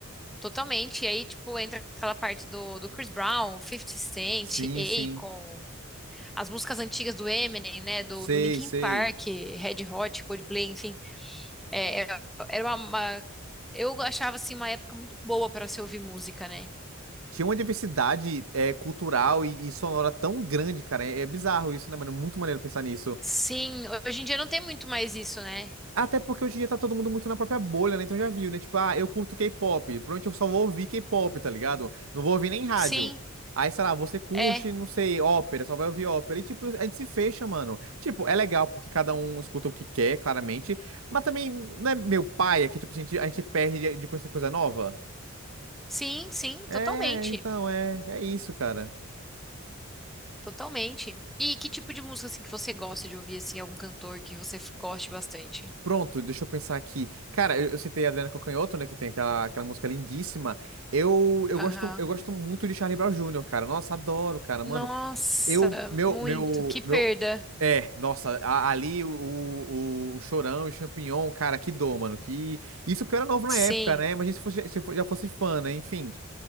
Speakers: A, in the centre; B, on the right.
A: Totalmente. E aí, tipo, entra aquela parte do, do Chris Brown, Fifty Cent,
B: Sim, sim.
A: Akon, as músicas antigas do Eminem, né? Do,
B: Sei,
A: do Linkin
B: sei.
A: Park, Red Hot, Coldplay, enfim. É, era era uma, uma- eu achava assim uma época muito boa para se ouvir música, né?
B: Tinha uma diversidade é, cultural e, e sonora tão grande, cara. É, é bizarro isso, né, mano? É muito maneiro pensar nisso.
A: Sim, hoje em dia não tem muito mais isso, né?
B: Até porque hoje em dia tá todo mundo muito na própria bolha, né? Então já viu, né? Tipo, ah, eu curto K-pop. Provavelmente eu só vou ouvir K-pop, tá ligado? Não vou ouvir nem rádio.
A: Sim,
B: Aí, sei lá, você curte,
A: é.
B: não sei, ópera, só vai ouvir ópera. E, tipo, a gente se fecha, mano. Tipo, é legal porque cada um escuta o que quer, claramente. Mas também, não é meu pai, é que, tipo, a gente, a gente perde de de conhecer coisa nova?
A: Sim, sim,
B: É,
A: totalmente.
B: então, é, é isso, cara.
A: Totalmente. E que tipo de música assim que você gosta de ouvir assim, algum cantor que você f- goste bastante?
B: Pronto, deixa eu pensar aqui. Cara, eu, eu citei a Adriana Calcanhoto, né, que tem aquela, aquela música lindíssima. Eu, eu
A: Aham.
B: gosto, eu gosto muito de Charlie Brown Jr., cara. Nossa, adoro, cara,
A: Nossa,
B: mano. Eu, meu,
A: muito.
B: meu,
A: Que perda.
B: meu, é, nossa, a- ali o, o, o Chorão e o Champignon, cara, que dor, mano. Que... Isso porque eu era novo na
A: Sim,
B: época, né? Imagina se fosse, se eu já fosse fã, né? Enfim.